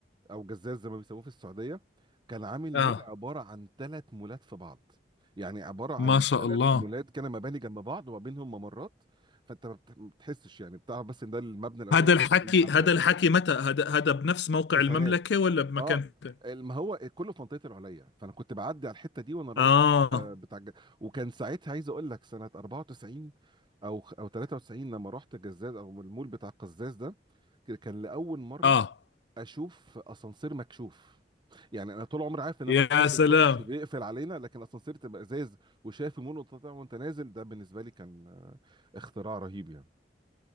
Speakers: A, on the right; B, on the left.
A: او جزاز زي ما بيسموه في السعوديه كان عامل
B: آه
A: مول عباره عن ثلاث مولات في بعض يعني عباره عن
B: ما شاء
A: ثلاث
B: الله
A: مولات كده مباني جنب بعض وما بينهم ممرات فانت ما بت- ما بتحسش يعني بتعرف بس ان ده المبنى الاولاني
B: هذا الحكي
A: محلات
B: هذا الحكي متى هذا هذا بنفس موقع
A: تسعينات
B: المملكة ولا بمكان
A: اه
B: ثاني
A: ما هو كله في منطقه العليا فانا كنت بعدي على الحته دي وانا رايح
B: آه
A: آه، بتاع الج- وكان ساعتها عايز اقول لك سنه 94 او او 93 لما رحت جزاز او المول بتاع القزاز ده كان لاول مره
B: آه
A: اشوف اسانسير مكشوف يعني انا طول عمري عارف ان
B: يا
A: الاسانسير
B: سلام
A: بيخش بيقفل علينا لكن اسانسير تبقى ازاز وشايف المول وتطلع وانت نازل ده بالنسبه لي كان آه، اختراع رهيب يعني